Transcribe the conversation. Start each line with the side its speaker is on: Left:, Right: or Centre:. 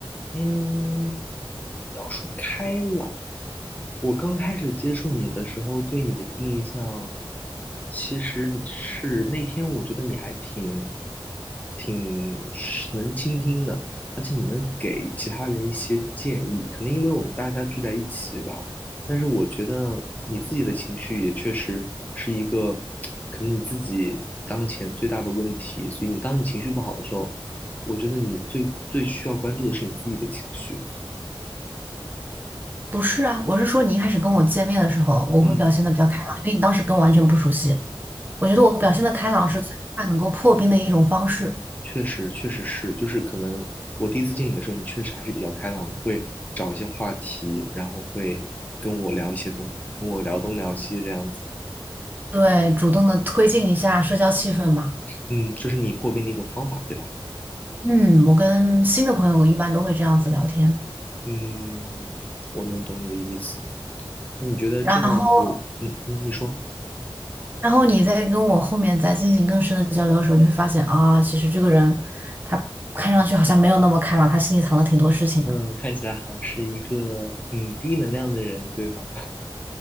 Left: 嗯，你要说开朗，我刚开始接触你的时候，对你的印象，其实是那天我觉得你还挺挺是能倾听的，而且你能给其他人一些建议。可能因为我们大家聚在一起吧，但是我觉得你自己的情绪也确实是一个可能你自己当前最大的问题。所以你当你情绪不好的时候，我觉得你最最需要关注的是你自己的情绪。
Right: 不是啊，我是说你一开始跟我见面的时候，我会表现的比较开朗，
Left: 嗯，
Right: 因为你当时跟我完全不熟悉。我觉得我表现的开朗是最快能够破冰的一种方式，
Left: 确实，确实是，就是可能我第一次见你的时候，你确实还是比较开朗的，会找一些话题，然后会跟我聊一些东，跟我聊东聊西这样子。
Right: 对，主动的推进一下社交气氛嘛。
Left: 嗯，这是你破冰的一种方法，对吧？
Right: 嗯，我跟新的朋友一般都会这样子聊天，
Left: 嗯，我能懂你的意思。那你觉得这样子，
Right: 然后，
Left: 嗯嗯，你说，
Right: 然后你再跟我后面再进行更深的交流的时候，你会发现啊，其实这个人他看上去好像没有那么开朗，他心里藏了挺多事情的。
Left: 嗯，看起来好像是一个嗯低能量的人，对吗？<laughs>